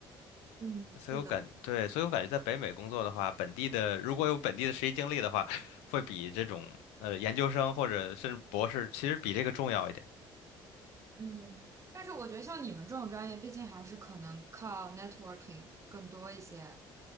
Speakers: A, on the right (about 30°); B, on the left (about 90°).
A: 嗯，
B: 所以我感，
A: 是的，
B: 对，所以我感觉在北美工作的话，本地的如果有本地的实习经历的话，会比这种呃研究生或者甚至博士，其实比这个重要一点。
A: 嗯，但是我觉得像你们这种专业，毕竟还是可能靠 networking 更多一些，